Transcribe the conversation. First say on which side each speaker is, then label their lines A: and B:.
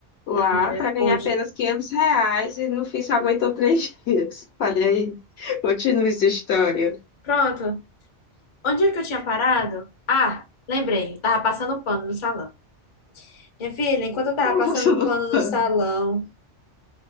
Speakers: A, on the left; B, on the left.
A: lá
B: Não, mulher,
A: para ganhar
B: pôde.
A: apenas 500 reais e no fim só aguentou três <laughs> dias. Falei aí, continua essa história.
B: Pronto. Onde é que eu tinha parado? Ah, lembrei. Eu tava passando pano no salão. Minha filha, enquanto eu tava
A: <laughs>
B: passando
A: Você não
B: pano
A: tá.
B: no salão,